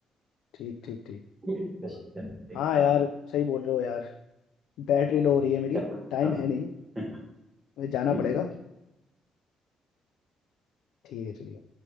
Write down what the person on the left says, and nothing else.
ठीक ठीक ठीक
हाँ
यार सही बोल रहे हो यार बैटरी लो हो रही है मेरी
टाइम
है नहीं
मुझे जाना
पड़ेगा ठीक है चलिए